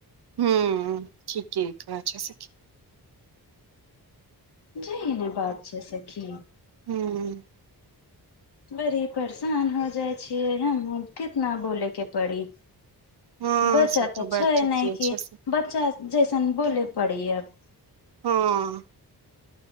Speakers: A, on the right; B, on the left.
A: हुँ ठीके एकरा जैसे की
B: जी ई नहि बात छै सखी
A: हुँ
B: बड़ी परेशान हो जाइ छियै हम कितना बोलेके पड़ी
A: हँ
B: बच्चा
A: से तो
B: तऽ
A: बात
B: छै
A: ठीके
B: नहि कि
A: छै सखी।
B: बच्चा जैसन बोले पड़ी अब
A: हँ